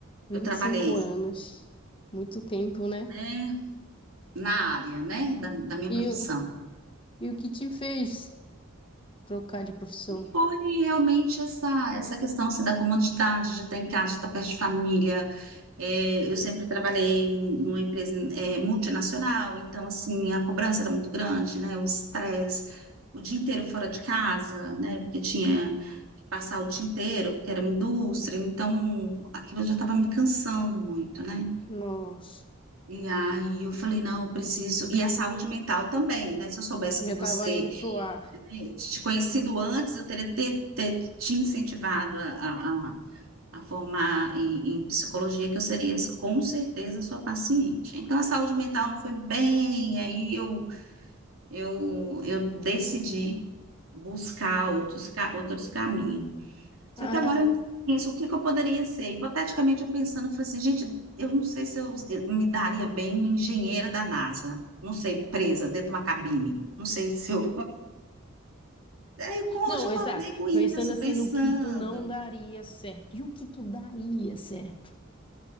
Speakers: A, on the left; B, on the right.
A: vinte
B: Eu trabalhei,
A: e cinco anos. Muito tempo, né?
B: né, na área, né, da, da minha
A: E,
B: profissão.
A: o- e o que te fez trocar de profissão?
B: Foi realmente essa, essa questão assim, da comodidade de estar em casa, de estar perto de família. É, eu sempre trabalhei numa empresa é, multinacional, então assim a cobrança era muito grande, né? O estresse, o dia inteiro fora de casa, né? Porque tinha que passar o dia inteiro, porque era uma indústria, então aquilo já estava me cansando muito, né?
A: Nossa,
B: E aí eu falei, não, eu preciso. E a saúde mental também, né? Se eu soubesse
A: já
B: que você
A: tava indo pro ar.
B: né, te conhecido antes, eu teria ter, ter te incentivado a, a, a- a formar em, em psicologia, que eu seria com certeza sua paciente. Então, a saúde mental não foi bem, aí eu, eu, eu decidi buscar outros, ca- outros caminhos. Só
A: <laughs>
B: que agora
A: Ai.
B: eu penso, o que que eu poderia ser? Hipoteticamente, eu pensando, eu falei assim, gente, eu não sei se eu, eu me daria bem uma engenheira da NASA. Não sei, presa dentro de uma cabine. Não sei se eu Aí, com- hoje
A: Não,
B: eu acordei
A: está.
B: com isso,
A: Pensando assim
B: pensando.
A: no que tu não daria certo. E o que tu daria certo?